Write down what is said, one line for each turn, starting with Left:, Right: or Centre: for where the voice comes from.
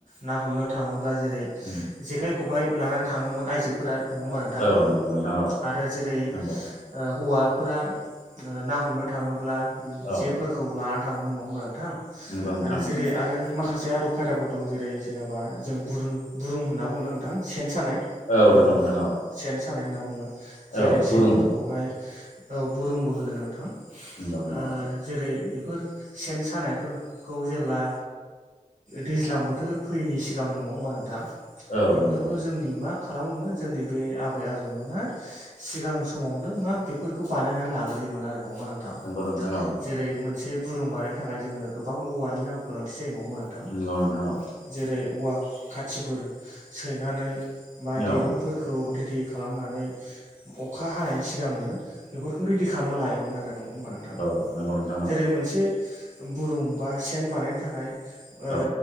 Right: ना हमनो थाङोब्ला जेरै
Left: उम
Right: जेखाइ खबाइ लानानै थाङोमोन आइजोफोरा। नङा होमबा नोंथां
Left: औ नंगौ नोंथां औ
Right: आरो जेरै
Left: नंगौ
Right: ओ हौवाफोरा ना हमनो थाङोब्ला
Left: औ
Right: जेफोरखौ लानानै थाङोमोन नङा होनबा नोंथां
Left: नंगौ नोंथां
Right: आरो
Left: नंगौ
Right: जेरै आरो मा खासे आरब खायदाफोर दं जेरै जेनेबा जों बुरुं बुरुं होनना बुंनो नोंथां सेन सानाय।
Left: औ
Right: बर'आव
Left: नंगौ नोंथां औ।
Right: सेन सानाय होनना बुङो। जेरै
Left: औ बुरुम
Right: सेनफोरखौहाय औ बुरुंबो होनो नोंथां
Left: नंगौ नंगौ
Right: ओ जेरै बेफोर सेन सानायफोरखौ जेब्ला दैज्लां बोथोर फैयैनि सिगां जांनो नङा होमबा नोंथां
Left: औ
Right: बेफोरखौ
Left: नंगौ
Right: जोंनि मा खालामोमोन जोंनि बे आबै-आबौमोना सिगां समावनो मा बेफोरखौ बानायनानै लाग्रोयोमोन आरो। नङा नोंथां
Left: नंगौ नोंथां औ
Right: जेरै मोनसे बुरुं बानायनो थाखाय जोंनो गोबां औवानि नां गोनांथि जायो नङा नोंथां
Left: नंगौ नंगौ नोंथां औ
Right: जेरै औवा खाथिफोर सैनानै बा
Left: औ
Right: दिरुंफोरखौ रेदि खालामनानै अखा हानायनि सिगांनो बेफोरखौ रेडि खालामना लायोमोन आरो। नङा होमबा नोंथां
Left: औ नंगौ नोंथां औ
Right: जेरै मोनसे बुरुं बा सेन बानायनो थाखाय ओ
Left: औ